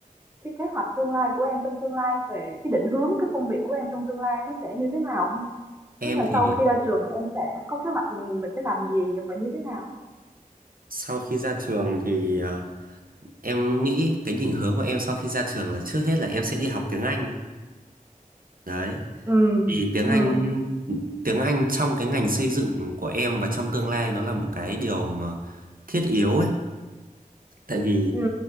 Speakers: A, on the right; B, on the right.
A: cái kế hoạch tương lai của em trong tương lai về cái định hướng cái công việc của em trong tương lai nó sẽ như thế nào không? Tức
B: em
A: là
B: thì
A: sau khi ra trường thì em sẽ có kế hoạch mình sẽ làm gì và như thế nào?
B: sau khi ra trường thì ờ, em nghĩ cái định hướng của em sau khi ra trường là trước hết là em sẽ đi học tiếng Anh đấy
A: ừ
B: vì tiếng
A: ừ
B: Anh tiếng Anh trong cái ngành xây dựng của em và trong tương lai nó là một cái điều mà thiết yếu ấy tại vì
A: ừ